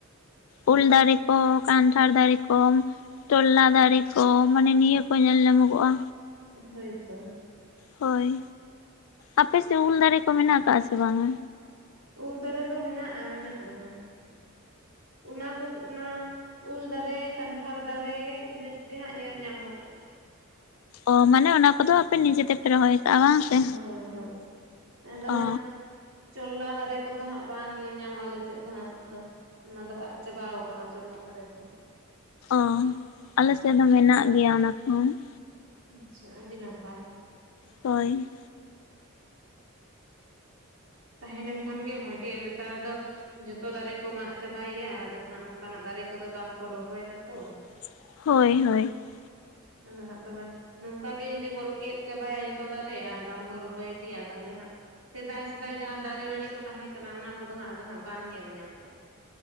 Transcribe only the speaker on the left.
ᱩᱞ ᱫᱟᱨᱮ ᱠᱚ ᱠᱟᱱᱴᱷᱟᱲ ᱫᱟᱨᱮ ᱠᱚ ᱪᱚᱞᱞᱟ ᱫᱟᱨᱮ ᱠᱚ ᱢᱟᱱᱮ ᱱᱤᱭᱟᱹ ᱠᱚ ᱧᱮᱞ ᱧᱟᱢᱚᱜᱚᱜ-ᱟ
ᱦᱳᱭ ᱟᱯᱮᱥᱮᱫ ᱩᱞ ᱫᱟᱨᱮ ᱠᱚ ᱢᱮᱱᱟᱜ ᱟᱠᱟᱜ-ᱟ ᱥᱮ ᱵᱟᱝᱟ
ᱚ ᱢᱟᱱᱮ ᱚᱱᱟ ᱠᱚᱫᱚ ᱟᱯᱮ ᱱᱤᱡᱮᱛᱮ ᱨᱚᱦᱚᱭ ᱠᱟᱜ-ᱟ ᱵᱟᱝ? ᱥᱮ
ᱚ
ᱚᱻ <unintelligible> ᱟᱞᱮ ᱥᱮᱫ ᱦᱚᱸ ᱢᱮᱱᱟᱜ ᱜᱮᱭᱟ ᱚᱱᱟ ᱠᱚᱦᱚᱸ ᱾
ᱦᱚᱭ
<unintelligible> ᱦᱚᱭ ᱦᱚᱭ <unintelligible>